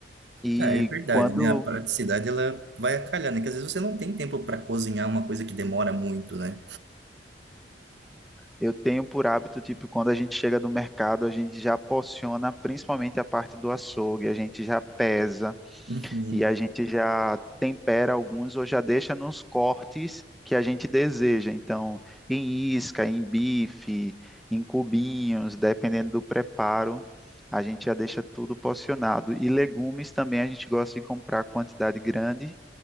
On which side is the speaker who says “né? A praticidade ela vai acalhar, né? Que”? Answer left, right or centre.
Right